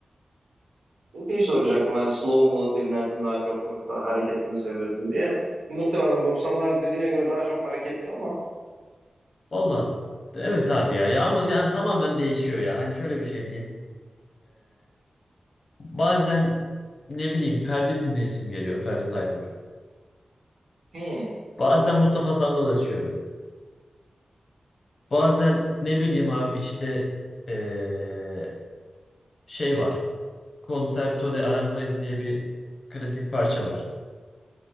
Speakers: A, on the right (about 85°); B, on the left (about 60°).
A: Şeyi soracaktım hani slow mu dinlersin daha çok yoksa hareketli mi seviyorsun diye. Muhtemelen 90'lar dediğine göre daha çok hareketli ama
B: Valla evet abi ya. Ya ama yani tamamen değişiyor ya. Hani şöyle bir şey diyeyim. Bazen ne bileyim Ferdi dinleyesim geliyor. Ferdi Tayfur.
A: hmm,
B: Bazen Mustafa Sandal açıyorum. Bazen ne bileyim abi işte eee, şey var. Concerto de Aranjuez diye bir klasik parça var.